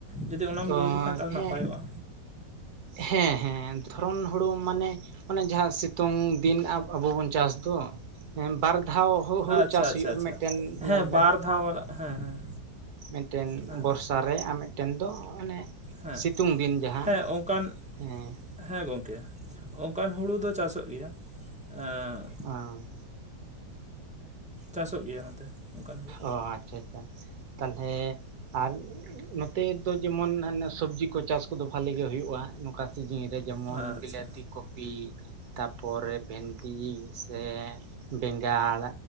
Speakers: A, in the centre; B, on the right.
A: ᱡᱩᱫᱤ ᱚᱱᱟᱢ
B: ᱚ
A: ᱞᱟᱹᱭ ᱞᱮᱠᱷᱟᱱ ᱛᱟᱦᱚᱞᱮ
B: ᱦᱮᱸ
A: ᱱᱟᱯᱟᱭᱚᱜᱼᱟ᱾
B: ᱦᱮᱸ ᱦᱮᱸ ᱫᱷᱚᱨᱚᱱ ᱦᱩᱲᱩ ᱢᱟᱱᱮ ᱟᱱᱮ ᱡᱟᱦᱟᱸ ᱥᱤᱛᱩᱝ ᱫᱤᱱ ᱟᱵᱚ ᱵᱚᱱ ᱪᱟᱥ ᱫᱚ ᱦᱮᱸ ᱵᱟᱨ ᱫᱷᱟᱣ ᱦᱚ ᱦᱩᱲᱩ
A: ᱟᱪᱪᱷᱟ
B: ᱪᱟᱥ
A: ᱟᱪᱪᱷᱟ
B: ᱦᱩᱭᱩᱜᱳᱼᱟ
A: ᱟᱪᱪᱷᱟ
B: ᱢᱤᱫᱴᱮᱱ
A: ᱦᱮᱸ
B: ᱧᱮᱞ ᱵᱮᱱ
A: ᱵᱟᱨ ᱫᱷᱟᱣ ᱵᱟᱞᱟ ᱦᱮᱸ ᱦᱮᱸ
B: ᱢᱤᱫᱴᱮᱱ
A: ᱦᱮᱸ
B: ᱵᱚᱨᱥᱟ ᱨᱮ ᱟᱨ ᱢᱤᱫᱴᱮᱱ ᱫᱚ ᱚᱱᱮ
A: ᱦᱮᱸ
B: ᱥᱤᱛᱩᱝ ᱫᱤᱱ ᱡᱟᱦᱟᱸ,
A: ᱦᱮᱸ ᱚᱱᱠᱟᱱ
B: ᱦᱮᱸ
A: ᱦᱮᱸ ᱜᱚᱝᱠᱮ ᱚᱱᱠᱟᱱ ᱦᱩᱲᱩ ᱫᱚ ᱪᱟᱥᱚᱜ ᱜᱮᱭᱟ᱾ ᱮᱸ
B: ᱚᱸ
A: ᱪᱟᱥᱚᱜ ᱜᱮᱭᱟ ᱱᱚᱛᱮ᱾ ᱚᱱᱠᱟᱱ ᱦᱩᱲᱩ
B: ᱚ ᱟᱪᱪᱷᱟ ᱟᱪᱪᱷᱟ ᱛᱟᱞᱦᱮ ᱟᱨ ᱱᱚᱛᱮ ᱫᱚ ᱡᱮᱢᱚᱱ ᱦᱟᱱᱮ ᱥᱚᱵᱽᱡᱤ ᱠᱚ ᱪᱟᱥ ᱠᱚᱫᱚ ᱵᱷᱟᱞᱮ ᱜᱮ ᱦᱩᱭᱩᱜᱼᱟ ᱱᱚᱝᱠᱟ ᱥᱤᱡᱤᱱ ᱨᱮ ᱡᱮᱢᱚᱱ
A: ᱟᱪᱪᱷᱟ
B: ᱵᱤᱞᱟᱹᱛᱤ, ᱠᱚᱯᱤ, ᱛᱟᱯᱚᱨᱮ ᱵᱷᱮᱱᱰᱤ ᱥᱮ ᱵᱮᱸᱜᱟᱲ